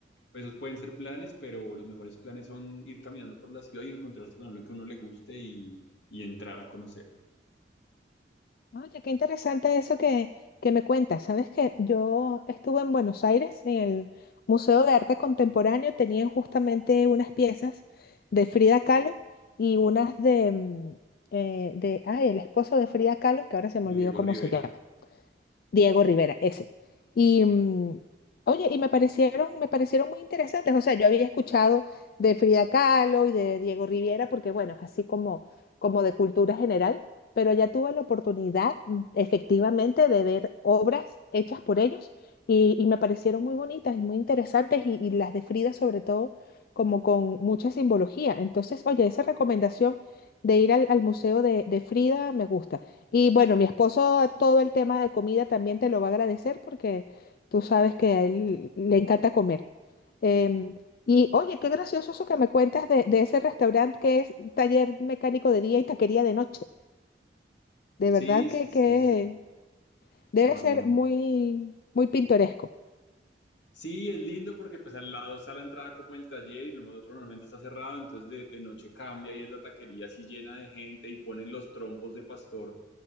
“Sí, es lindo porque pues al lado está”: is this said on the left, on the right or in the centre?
Left